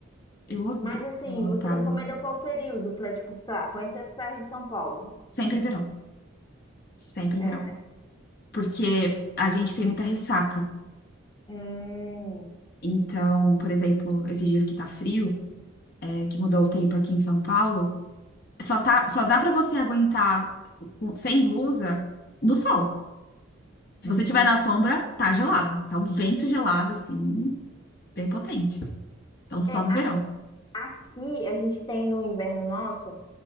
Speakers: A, on the left; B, on the left.
A: Eu odeio
B: Mas assim,
A: praia lotada.
B: você recomenda qual período pra, tipo, sei lá, conhecer as praias de São Paulo?
A: Sempre verão, sempre
B: É,
A: verão.
B: né?
A: porque a gente tem muita ressaca.
B: Hum,
A: Então, por exemplo, esses dias que tá frio, é, que mudou o tempo aqui em São Paulo, só tá, só dá pra você aguentar com- sem blusa no sol. Se
B: hum.
A: você tiver na sombra, tá gelado. Tá um vento gelado, assim, bem potente. Então, só
B: É,
A: no
B: a-
A: verão.
B: aqui a gente tem no inverno nosso